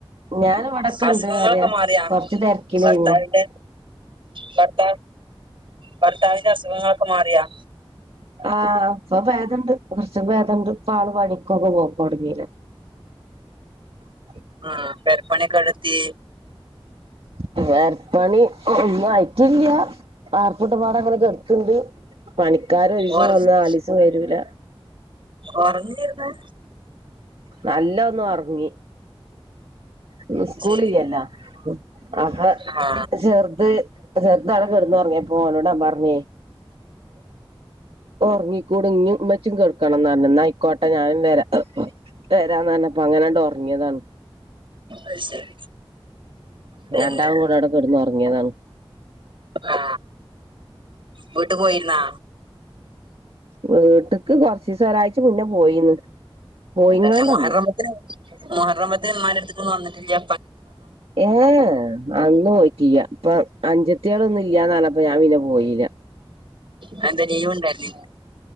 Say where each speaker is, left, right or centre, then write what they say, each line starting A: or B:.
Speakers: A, on the right (about 80°); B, on the right (about 60°).
A: ഞാൻ ഇവിടൊക്കെ
B: അസുഖങ്ങളൊക്കെ
A: ഇണ്ട്ന്നറിയാ
B: മാറിയാ
A: കൊറച്ച് തിരക്കിലായിരുന്നു
B: ഭർത്താവിന്റെ ഭർത്ത് ഭർത്താവിന്റെ അസുഖങ്ങളൊക്കെ മാറ്യോ
A: ആഹ് ഇപ്പൊ പേതണ്ട് കൊറചൊക്കെ പേതണ്ട് പ്പാള് പണിക്കൊക്കെ പോകും കൊട്ങ്ങില്ല <unintelligible>
B: ആഹ് പെരപണി ഒക്കെ എഉടെത്തി
A: പേര പ്പണി ഒന്നും ആയിട്ടില്ല വാർ കൂട്ട പാടങ്ങനെ കെട്ത്ത്ണ്ട് പണിക്കാര ഒരീസം
B: ഉറങ്ങി
A: വന്ന നാലിസം വരൂല
B: ഒറങ്ങേര്ന്നെ
A: നല്ലൊ ഒന്ന് ഒറങ്ങി ഇന്ന് സ്കൂളില്ലല്ലോ
B: ശരി
A: അപ്പൊ
B: ആ
A: ചെറ്ത് ചെറ്ത് അവിടെ കെടന്നു ഒറ്ങ്ങ്യപ്പോ ഓനോട് ഞാൻ പറഞ്ഞി ഒറങ്ങിക്കൂട് ഇഞ്ഞു ഇന്നച്ചും തെടക്കണംന്ന് പറഞ് ന്നാ ആയിക്കോട്ടെ ഞാനും വരാ വരാന്ന പറഞ്ഞപ്പോ അങ്ങനെണ്ട് ഒറ്ങ്ങിയതാണ്
B: അയ് ശരി പിന്നെ
A: രണ്ടാളും കൂടെ ഔടെ കെട്ന്നു ഒറങ്ങിയതാണ്
B: ആ വീട്ട് പോയിരുന്നാ
A: വീട്ട്ക്ക് കൊറ് ചീസം ഒരാഴ്ച്ച മുന്നെ പോയിന്ന് പോയിങ്ങാണ്ടന്ന്
B: പിന്നെ മുഹറം പത്തിന്‌ മുഹറപ്പത്തിന് ഉമ്മാന്റെട്ത്ത് ക്കൊന്നും വന്ന്ട്ടില്ല
A: ഏഹ് എ അന്ന് പോയിറ്റില്ല ഇപ്പ അഞ്ചത്ത്യളൊന്നും ഇല്ലാന്നറ്ഞ്ഞപ്പ ഞാൻ പിന്നെ പോയില്ല
B: അ എന്താ ലീവ് ഉണ്ടായിരുന്നില്ലേ